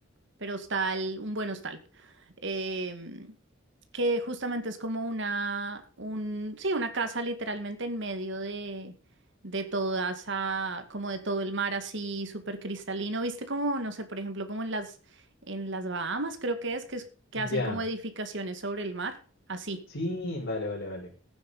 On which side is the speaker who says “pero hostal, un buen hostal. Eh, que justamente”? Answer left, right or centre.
Right